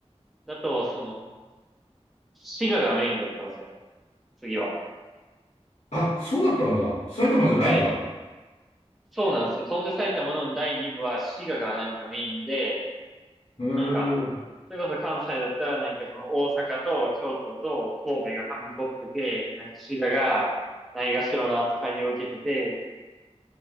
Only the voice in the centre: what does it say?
だと、その、滋賀がメインだったんですよ。次は。
はい。そうなんですよ。飛んで埼玉の第2部は滋賀がなんかメインで、
なんか、それこそ関西だったらなんかその大阪と京都と神戸がはびこってて、なんか滋賀がないがしろな扱いを受けてて、